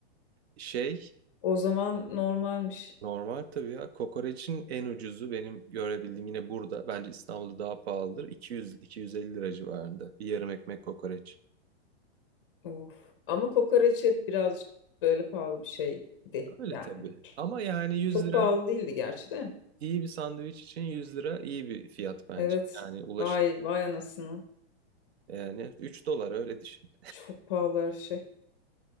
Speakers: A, on the right; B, on the left.
A: şey
B: O zaman normalmiş.
A: Normal tabii ya. Kokoreçin en ucuzu benim görebildiğim yine burada. Bence İstanbul'da daha pahalıdır. 200-250 lira civarında. Bir yarım ekmek kokoreç.
B: Of. Ama kokoreç hep birazcık böyle pahalı bir şeydi
A: Öyle
B: yani.
A: tabii. Ama yani 100
B: Çok
A: lira
B: pahalı değildi gerçi de.
A: iyi bir sandviç için 100 lira iyi bir fiyat bence.
B: Evet.
A: Yani ulaşılır.
B: Vay vay anasını.
A: Yani 3 dolar öyle düşün.
B: Çok pahalı her şey.